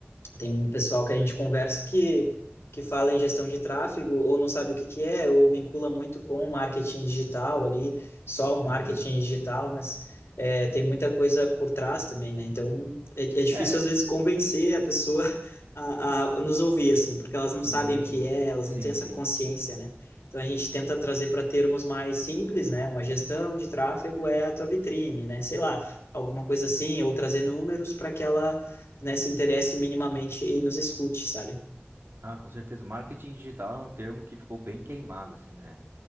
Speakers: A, on the left; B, on the right.
A: tem um pessoal que a gente conversa que, que fala em gestão de tráfego ou não sabe o que que é, ou vincula muito com o marketing digital ali, só o
B: Uhum.
A: marketing digital, mas é, tem muita coisa por trás também, né? Então é, é difícil
B: É.
A: às vezes convencer a pessoa <laughs> a, a nos ouvir, assim, porque elas não
B: hum,
A: sabem o que é, elas
B: sim,
A: não têm essa
B: sim.
A: consciência, né? Então a gente tenta trazer para termos mais simples, né? Uma gestão de tráfego é a tua vitrine, né? Sei lá, alguma coisa assim, ou trazer números para que ela né, se interesse minimamente e nos escute, sabe?
B: Ah, com certeza. Marketing digital é um termo que ficou bem queimado, assim, né?